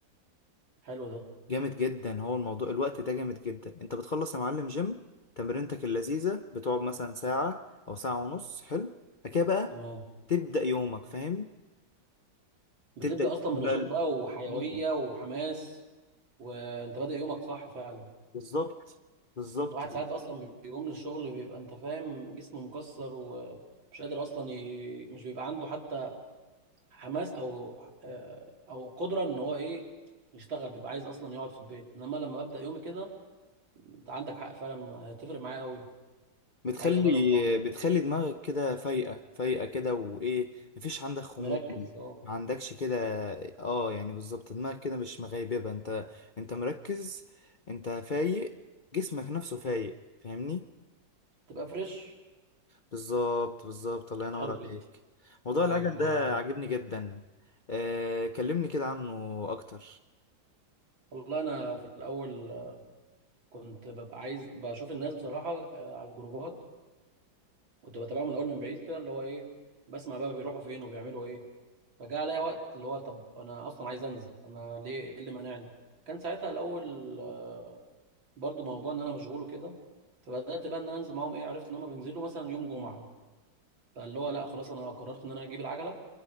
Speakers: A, on the right; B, on the left.
A: حلو ده
B: جامد جدا هو الموضوع الوقت ده جامد جدا انت بتخلص يا معلم جيم تمرينتك اللذيذه بتقعد مثلا ساعه او ساعه ونص حلو بعد كده بقى
A: تمام
B: تبدا يومك فاهم
A: بتبدا
B: تبدا يومك
A: اصلا
B: بقى
A: بنشاط
B: ال-
A: بقى وحيويه
B: مم.
A: وحماس وانت بادئ يومك صح فعلا
B: بالظبط بالظبط
A: الواحد ساعات اصلا بيقوم من الشغل بيبقى انت فاهم جسمه مكسر ومش قادر اصلا ي... مش بيبقى عنده حتى حماس او آه، او قدره ان هو ايه يشتغل بيبقى عايز اصلا يقعد في البيت انما لما ببدا يومي كده انت عندك حق فعلا هتفرق معايا قوي
B: بتخلي
A: عايز اجرب الحوار ده
B: بتخلي دماغك كده فايقة فايقة كده وإيه مفيش عندك خمول
A: مركز اه
B: ما عندكش كده اه يعني بالظبط دماغك كده مش مغيببة انت انت مركز انت فايق جسمك نفسه فايق فاهمني
A: تبقى فريش
B: بالظبط بالظبط الله ينور
A: حلو
B: عليك
A: جدا
B: موضوع
A: طيب
B: العجل
A: و
B: ده عاجبني جدا آه كلمني كده عنه اكتر
A: والله انا في الاول كنت ببقى عايز بشوف الناس بصراحه آه، على الجروبات كنت بتابعه من الاول من بعيد كده اللي هو ايه بسمع بقى بيروحوا فين وبيعملوا ايه فجاء عليا وقت اللي هو طب انا اصلا عايز انزل انا ليه ايه اللي مانعني كان ساعتها الاول آه، برضو موضوع ان انا مشغول وكده فبدات بقى ان انا انزل معاهم ايه عرفت ان هم بينزلوا مثلا يوم جمعه فاللي هو لا خلاص انا قررت ان انا اجيب العجله